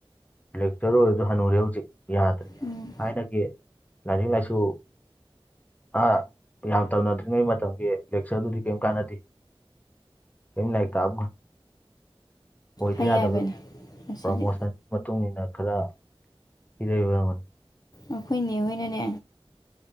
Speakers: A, on the left; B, on the left.
A: ꯂꯦꯛꯆꯔꯔ ꯑꯣꯏꯔꯁꯨ ꯍꯟꯅꯨꯔꯦ ꯍꯧꯖꯤꯛ ꯌꯥꯗ꯭ꯔꯦ ꯊꯥꯏꯅꯒꯤ
B: ꯎꯝ
A: ꯂꯥꯏꯔꯤꯛ ꯂꯥꯏꯁꯨ ꯑ ꯌꯥꯝ ꯇꯧꯅꯗ꯭ꯔꯤꯉꯩ ꯃꯇꯝꯒꯤ ꯂꯦꯛꯆꯔꯗꯨꯗꯤ ꯀꯔꯤꯝ ꯀꯥꯟꯅꯗꯦ ꯀꯔꯤꯝ ꯂꯥꯏꯔꯤꯛꯛꯇꯥꯕ ꯑꯣꯏꯗ
B: ꯍꯩ
A: ꯌꯥꯗꯕ
B: ꯍꯥꯏꯕꯅꯦ ꯑꯁꯤꯗꯤ
A: ꯄ꯭ꯔꯣꯃꯣꯁꯟ ꯃꯇꯨꯡ ꯏꯟꯅ ꯈꯔ ꯄꯤꯔꯕ ꯉꯝꯒꯅꯤ
B: ꯑꯩꯈꯣꯏꯅꯦ ꯍꯣꯏꯅꯅꯦ